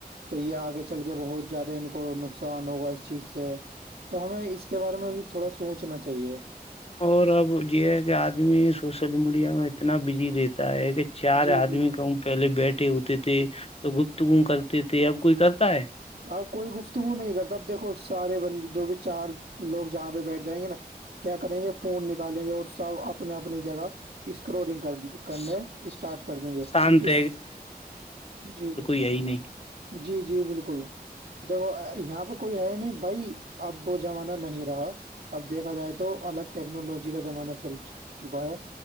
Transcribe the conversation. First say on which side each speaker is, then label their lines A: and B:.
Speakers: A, on the right; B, on the left.
A: تو یہ آگے چل کے بہت زیادہ ان کو نقصان ہوگا اس چیز سے تو ہمیں اس کے بارے میں بھی تھوڑا سوچنا چاہیے
B: اور اب یہ ہے کہ آدمی سوشل میڈیا میں اتنا بزی رہتا ہے کہ چار
A: جی
B: آدمی
A: جی
B: کا پہلے بیٹھے ہوتے تھے تو گپت کرتے تھے اب کوئی کرتا ہے
A: آپ کوئی گفتگو نہیں کرتا اب دیکھو سارے بند جو بھی چار لوگ جہاں پہ بیٹھ جائیں گے نا کیا کریں گے فون نکالیں گے اور سب اپنے اپنی جگہ اسکرولنگ کر کرنے
B: شانت
A: اسٹارٹ کر دیں گے اس جی
B: یہی نہیں
A: جی جی بالکل دیک یہاں پہ کوئی ہے نہیں بھائی اب وہ زمانہ نہیں رہا اب دیکھا جائے تو الگ ٹیکنالوجی کا زمانہ چل چکا ہے